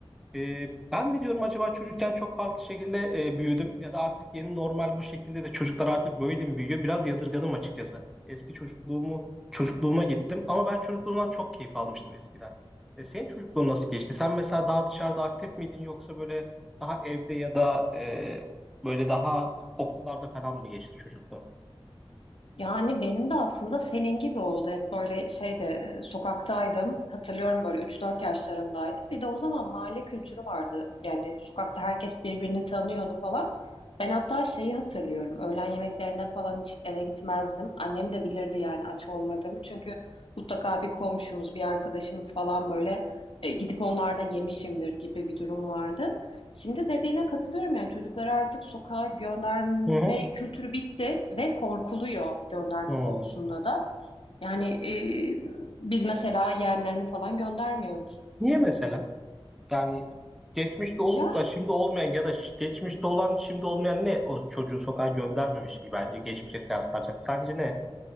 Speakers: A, in the centre; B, on the left.
A: E, ben mi diyorum acaba çocukken çok farklı şekilde e, büyüdüm ya da artık yeni normal bu şekilde de çocuklar artık böyle mi büyüyor? Biraz yadırgadım açıkçası. Eski çocukluğumu çocukluğuma gittim ama ben çocukluğumdan çok keyif almıştım eskiden. E, senin çocukluğun nasıl geçti? Sen mesela daha dışarıda aktif miydin yoksa böyle daha evde ya da e, böyle daha okullarda falan mı geçti çocukluğun?
B: Yani benim de aslında senin gibi oldu. Hep böyle şeyde e, sokaktaydım. Hatırlıyorum böyle üç dört yaşlarındaydım. Bir de o zaman mahalle kültürü vardı. Yani sokakta herkes birbirini tanıyordu falan. Ben hatta şeyi hatırlıyorum. Öğlen yemeklerine falan hiç eve gitmezdim. Annem de bilirdi yani aç olmadığımı. Çünkü mutlaka bir komşumuz, bir arkadaşımız falan böyle e, gidip onlarda yemişimdir gibi bir durum vardı. Şimdi dediğine katılıyorum yani çocukları artık sokağa gönderme
A: Hı hı.
B: kültürü bitti ve korkuluyor gönderme
A: Hı.
B: konusunda da. Yani e, biz mesela yeğenlerimi falan göndermiyoruz.
A: Niye mesela? Yani geçmişte
B: Ya
A: olup da şimdi olmayan ya da ş- geçmişte olan şimdi olmayan ne o çocuğu sokağa göndermeme şeyi bence geçmişe kıyaslanacak. Sence ne?